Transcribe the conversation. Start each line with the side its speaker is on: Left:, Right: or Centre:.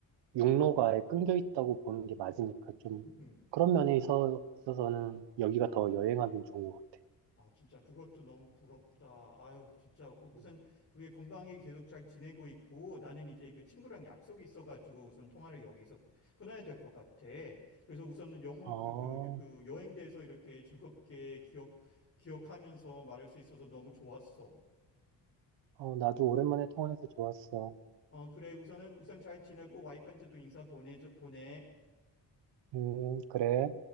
Right: 육로가 아예 끊겨 있다고 보는 게 맞으니까 좀
Left: 음.
Right: 그런 면에 있어, 있어서는 여기가 더 여행하기 좋은 것 같아.
Left: 아, 진짜 그것도 너무 부럽다. 아유, 진짜 어, 우선
Right: 음.
Left: 그게 건강하게 계속 잘 지내고 있고 나는 이제 그 친구랑 약속이 있어가지고 우선 통화를 여기서 끊어야 될 것 같아. 그래서 우선은 영어
Right: 어,
Left: 그, 그, 그 여행대에서 이렇게 즐겁게 기억 기억하면서 말할 수 있어서 너무 좋았어.
Right: 어, 나도 오랜만에 통화해서 좋았어.
Left: 어, 그래 우선은 우선 잘 지내고 와이프한테도 인사 보내 보내.
Right: 음, 그래.